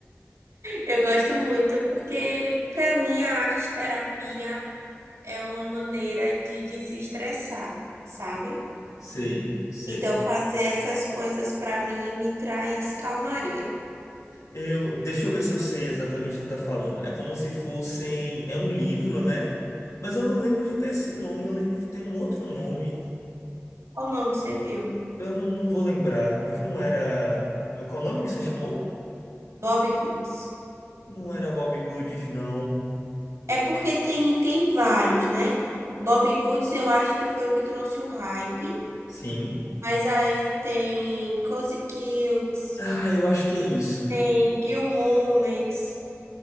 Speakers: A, on the right; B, on the left.
A: Eu gosto muito porque, para mim, a arte terapia é uma maneira de desestressar, sabe?
B: Sei, sei.
A: Então, fazer essas coisas para mim me traz calmaria.
B: Eu, deixa eu ver se eu sei exatamente o que você está falando. É como se fossem. É um livro, né? Mas eu não lembro de ter esse nome, eu lembro de ter um outro nome.
A: Qual nome você viu?
B: Eu não, não vou lembrar, mas não era. Qual o nome que você chamou?
A: Bob Goods.
B: Não era Bob Goods, não.
A: É porque tem, tem vários, né? Bob Goods eu acho que foi o que trouxe o hype.
B: Sim.
A: Mas aí tem Cozy Cutes,
B: Ah, eu acho que é isso.
A: tem Gil Moments,